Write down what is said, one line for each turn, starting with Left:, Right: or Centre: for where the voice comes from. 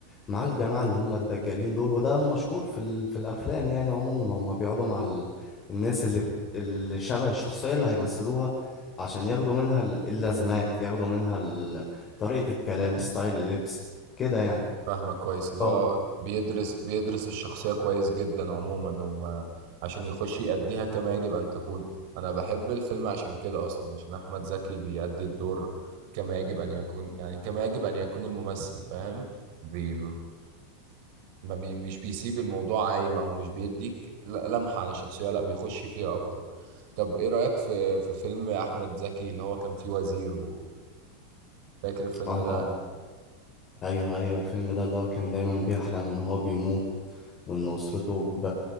Left: مع الجماعة اللي هم الدجالين دول وده مشهور في ال... في الافلام يعني عموما هم بيقعدوا مع ال... الناس اللي بت... اللي شبه الشخصية اللي هيمثلوها عشان ياخدوا منها ال- اللازمات ياخدوا منها ال... طريقة الكلام ستايل اللبس كده يعني
Right: فاهمك كويس اللي
Left: أو
Right: هو بيدرس بيدرس الشخصية كويس جدا عموما وما عشان يخش يأديها كما يجب أن تكون أنا بحب الفيلم عشان كده أصلا عشان أحمد زكي بيأدي الدور كما يجب أن يكون يعني كما يجب أن يكون الممثل فاهم بي ما بي مش بيسيب الموضوع عايم أو مش بيديك ل- لمحة عن الشخصية لا بيخش فيها أكتر طب إيه رأيك في في فيلم أحمد زكي اللي هو كان فيه وزير وفاكر الفيلم
Left: اه
Right: ده
Left: ايوه ايوه الفيلم ده اللي هو كان دايما بيحلم ان هو بيموت وان اسرته ب...